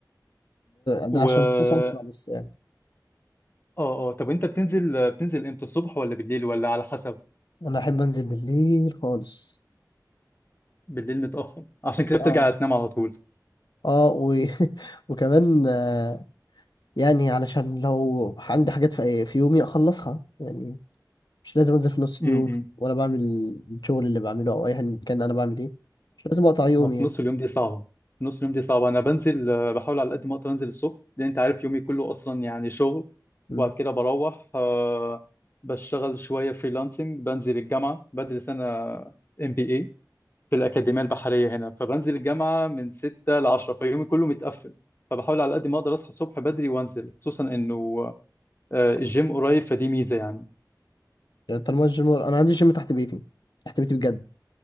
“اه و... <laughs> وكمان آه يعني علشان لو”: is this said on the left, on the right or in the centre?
Left